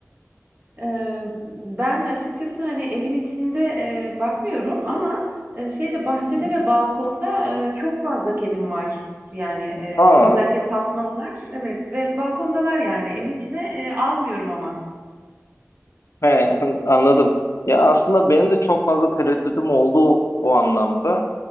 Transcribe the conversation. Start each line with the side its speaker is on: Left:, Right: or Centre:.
Right: Eee, ben açıkçası, hani, evin içinde, eee, bakmıyorum ama, eee, şeyde
Left: Hı.
Right: bahçede ve balkonda, eee, çok fazla kedim var. Yani, eee,
Left: Ha,
Right: özellikle tasmalılar, evet ve balkondalar yani. Evin içine, eee, almıyorum ama.
Left: he, <laughs> anladım. Ya aslında benim de çok fazla tereddütüm oldu o anlamda.